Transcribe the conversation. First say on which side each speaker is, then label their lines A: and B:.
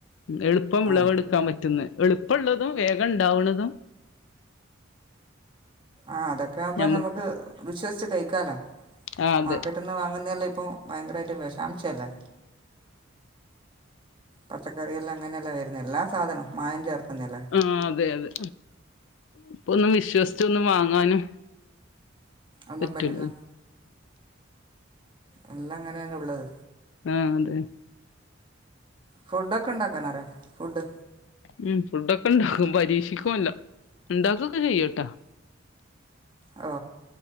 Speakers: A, on the left (about 70°); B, on the right (about 25°).
A: എളുപ്പം വിളവെടുക്കാൻ
B: ആ
A: പറ്റുന്നെ എളുപ്പള്ളതും വേഗം ണ്ടാവുണതും
B: ആഹ അതൊക്കെ ആകുമ്പോൾ
A: ഞമ്മുക്ക്
B: നമുക്ക് വിശ്വസിച്ച് കഴിക്കാലോ
A: ആ അതെ
B: മാർക്കറ്റിൽ നിന്ന് വാങ്ങുന്നല്ല ഇപ്പോൾ ഭയങ്കര ആയിട്ട് ഒരു വിഷാംശം അല്ലേ പച്ചക്കറിയെല്ലാം അങ്ങനെയെല്ലാം വരുന്ന എല്ലാ സാധനം മായം ചേർക്കുന്നല്ലേ
A: ആഹ അതെ അതെ ഇപ്പൊ ഒന്ന് വിശ്വസിച്ച് ഒന്ന് വാങ്ങാനും
B: ഒന്നും
A: പറ്റൂലല്ലോ
B: പറ്റില്ല എല്ലാം അങ്ങനെയന്ന ഉള്ളത്
A: ആഹ അതെ
B: ഫുഡൊക്കെണ്ടാക്കാനറിയാ ഫുഡ്
A: ഉം ഫുഡൊക്കെ ഉണ്ടാക്കും പരീക്ഷിക്കുമല്ലോ ഉണ്ടാക്കുക ചെയ്യോട്ടാ
B: ഓ